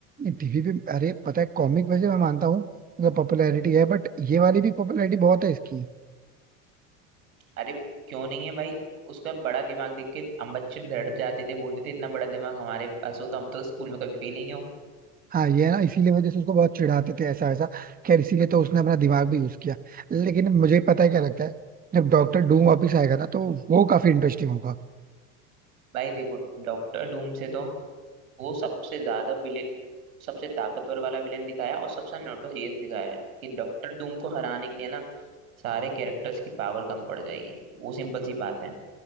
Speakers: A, on the right (about 20°); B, on the right (about 85°).
A: टीवी पे अरे पता है कॉमिक वैसे मैं मानता हूँ मतलब पॉपुलैरिटी है बट ये वाली भी पॉपुलैरिटी बहुत है इसकी
B: अरे क्यों नहीं है भाई उसका बड़ा दिमाग देख के हम बच्चे डर जाते थे बोलते थे इतना बड़ा दिमाग हमारे पास हो तो हम तो स्कूल में कभी फेल ही नहीं हो
A: हाँ ये है ना इसीलिए वजह से उसको बहुत चिढ़ाते थे ऐसा ऐसा खैर इसीलिए तो उसने अपना दिमाग भी यूज किया लेकिन मुझे पता है क्या लगता है जब डॉक्टर डूम वापस आएगा ना तो वो काफी इंटरेस्टिंग होगा
B: भाई देखो डॉक्टर डूम से तो वो सबसे ज्यादा विलेन सबसे ताकतवर वाला विलेन दिखाया और सबसे नोटोरियस दिखाया है कि डॉक्टर डूम को हराने के लिए ना सारे कैरेक्टर्स की पावर कम पड़ जाएगी वो सिंपल सी बात है